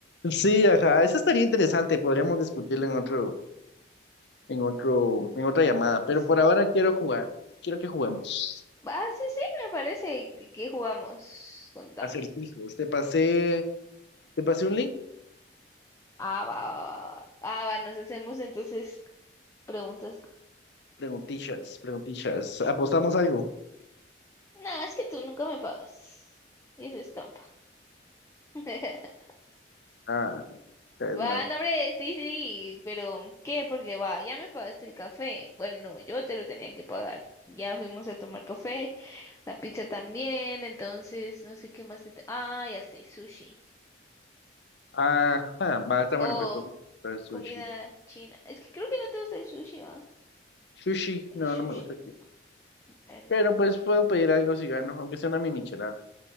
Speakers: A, on the left; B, on the left.
A: Sí, ajá, eso estaría interesante, podríamos discutirlo en otro, en otro, en otra
B: en
A: llamada,
B: otra ocasión.
A: pero por ahora quiero jugar, quiero que juguemos.
B: Ah, sí, sí, me parece ¿Qué jugamos. Contame.
A: Acertijos, te pasé, te pasé un link,
B: Ah, va, va, va, va. Ah, va, nos hacemos entonces preguntas.
A: preguntillas, preguntillas, apostamos algo.
B: No, es que tú nunca me pagas. Y eso es trampa. <laughs>
A: Ah, es
B: Va,
A: mal.
B: no, hombre, sí, sí, pero ¿qué? Porque va, ya me pagaste el café. Bueno, no, yo te lo tenía que pagar. Ya fuimos a tomar café, la pizza también, entonces no sé qué más. se te- Ah, ya sé, sushi.
A: Ajá, basta, bueno,
B: Oh,
A: pues, pues pues, sushi.
B: comida china. Es que creo que no te gusta el sushi, va.
A: Sushi,
B: El
A: no,
B: sushi.
A: no me gusta.
B: Bueno,
A: Pero pues puedo pedir algo si gano, aunque sea una mi michelada.